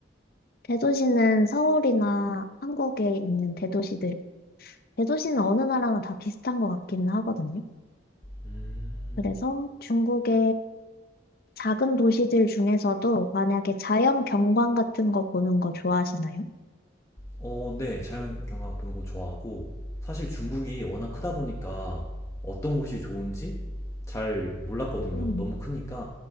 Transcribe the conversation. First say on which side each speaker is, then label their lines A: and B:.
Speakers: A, on the left; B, on the left.
A: 대도시는 서울이나 한국에 있는 대도시들, 대도시는 어느 나라나 다 비슷한 것 같기는 하거든요.
B: 음.
A: 그래서 중국에 작은 도시들 중에서도 만약에 자연 경관 같은 거 보는 거 좋아하시나요?
B: 어 네. 자연 경관 보는 거 좋아하고 사실 중국이 워낙 크다 보니까 어떤 곳이 좋은지 잘 몰랐거든요,
A: 음.
B: 너무 크니까.